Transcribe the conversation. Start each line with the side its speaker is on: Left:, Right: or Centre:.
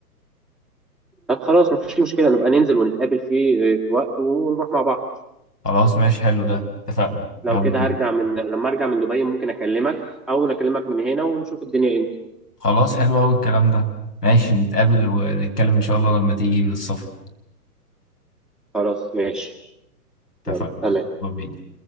Centre: طب خلاص ما فيش مشكله نبقى ننزل ونتقابل في في وقت ونروح مع بعض
Left: خلاص ماشي حلو ده اتفقنا
Centre: لو
Left: يلا
Centre: كده
Left: بينا
Centre: هرجع من لما ارجع من دبي ممكن اكلمك او اكلمك من هنا ونشوف الدنيا ايه
Left: خلاص حلو قوي الكلام ده ماشي نتقابل ونتكلم ان شاء الله لما تيجي من السفر
Centre: خلاص ماشي
Left: اتفقنا
Centre: يلا تمام
Left: يلا بينا